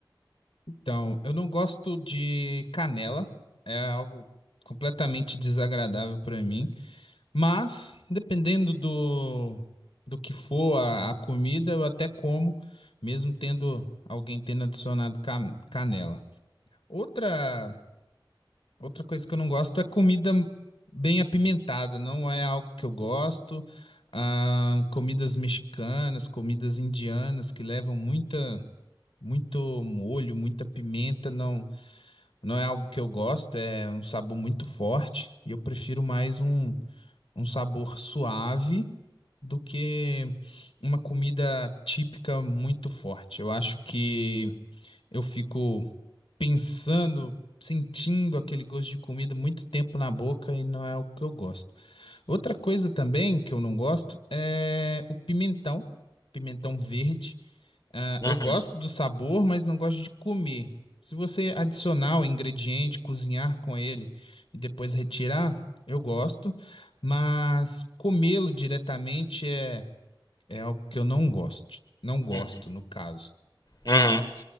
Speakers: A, on the left (about 85°); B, on the left (about 50°).
A: Então, eu não gosto de canela, é algo completamente desagradável para mim, mas dependendo do, do que for a, a comida, eu até como, mesmo tendo alguém tendo adicionado ca- canela. Outra, outra coisa que eu não gosto é comida bem apimentada, não é algo que eu gosto. Ah, comidas mexicanas, comidas indianas que levam muita, muito molho, muita pimenta, não. Não é algo que eu gosto, é um sabor muito forte e eu prefiro mais um, um sabor suave do que uma comida típica muito forte. Eu acho que eu fico pensando, sentindo aquele gosto de comida muito tempo na boca e não é o que eu gosto. Outra coisa também que eu não gosto é o pimentão, pimentão verde. Ah,
B: Uhum,
A: eu gosto do sabor, mas não gosto de comer. Se você adicionar o ingrediente, cozinhar com ele e depois retirar, eu gosto, mas comê-lo diretamente é, é algo que eu não gosto. Não gosto,
B: uhum.
A: no caso.
B: Uhum.